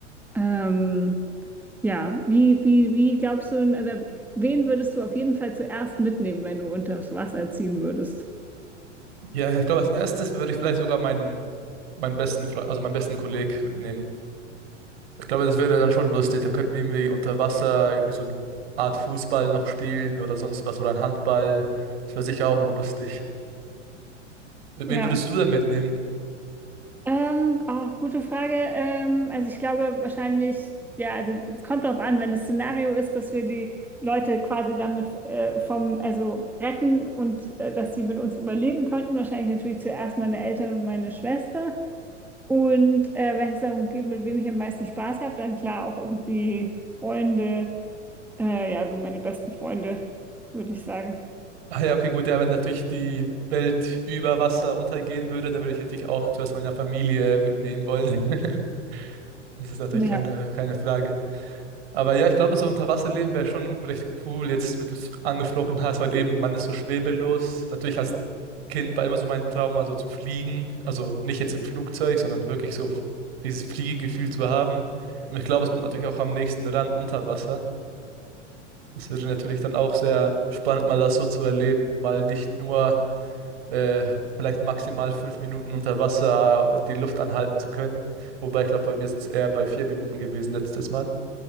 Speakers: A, in the centre; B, on the right.
A: Ähm, ja, wie, wie, wie glaubst du, also wen würdest du auf jeden Fall zuerst mitnehmen, wenn du unter das Wasser ziehen würdest?
B: ja, ich glaube, als erstes würde ich vielleicht sogar meinen, meinen besten Freund, also meinen besten Kollegen mitnehmen. Ich glaube, das wäre dann schon lustig. Da könnten wir irgendwie unter Wasser irgendwie so eine Art Fußball noch spielen oder sonst was oder ein Handball. Das wäre sicher auch noch lustig. Mit
A: Ja.
B: wem würdest du dann mitnehmen?
A: Ähm, auch gute Frage. Ähm, also ich glaube wahrscheinlich, ja, also es kommt darauf an, wenn das Szenario ist, dass wir die Leute quasi damit äh, vom, also retten und äh, dass sie mit uns überleben konnten, wahrscheinlich natürlich zuerst meine Eltern und meine Schwester. Und äh, wenn es darum geht, mit wem ich am meisten Spaß habe, dann klar auch irgendwie Freunde, äh, ja, so meine besten Freunde, würde ich sagen.
B: Ah ja, okay, gut, ja, wenn natürlich die Welt über Wasser untergehen würde, dann würde ich natürlich auch zuerst meine Familie mitnehmen wollen. <laughs> Das ist natürlich
A: Ja.
B: keine, keine Frage. Aber ja, ich glaube, so Unterwasserleben wäre schon recht cool, jetzt, wie du es angesprochen hast, weil eben man ist so schwebelos. Natürlich als Kind war immer so mein Traum, mal so zu fliegen. Also nicht jetzt im Flugzeug, sondern wirklich so dieses Fliegegefühl zu haben. Und ich glaube, es kommt natürlich auch am nächsten ran unter Wasser. Das wäre natürlich dann auch sehr spannend, mal das so zu erleben. Mal nicht nur äh, vielleicht maximal fünf Minuten unter Wasser die Luft anhalten zu können. Wobei ich glaube, bei mir sind es eher bei vier Minuten gewesen letztes Mal.